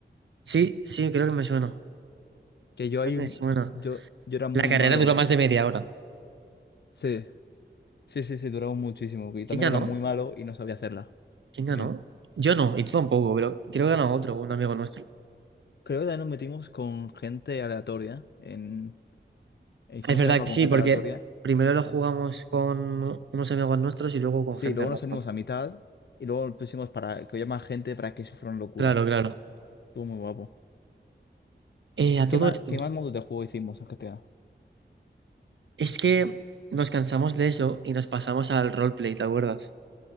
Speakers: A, on the right; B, on the left.
A: sí, sí, creo que me suena.
B: Que yo
A: Creo
B: ahí,
A: que me suena.
B: yo, yo era muy
A: La carrera
B: malo.
A: duró más
B: eh.
A: de media hora.
B: Sí, sí, sí, sí, duraba muchísimo. Y
A: ¿Quién
B: también
A: ganó?
B: era muy malo y no sabía hacerla.
A: ¿Quién ganó?
B: Bien.
A: Yo no, y tú tampoco, pero creo que ganó otro, un amigo nuestro.
B: Creo que también nos metimos con gente aleatoria. En... e Hicimos
A: Es verdad
B: el mapa
A: que
B: con
A: sí,
B: gente
A: porque
B: aleatoria.
A: primero lo jugamos con unos amigos nuestros y luego con
B: Sí,
A: gente
B: luego
A: random.
B: nos salimos a mitad y luego pusimos para que haya más gente para que eso fuera una locura.
A: Claro, claro.
B: Estuvo muy guapo.
A: Eh, a todo
B: ¿Qué más,
A: esto,
B: qué más modos de juego hicimos en GTA?
A: es que nos cansamos de eso y nos pasamos al roleplay, ¿te acuerdas?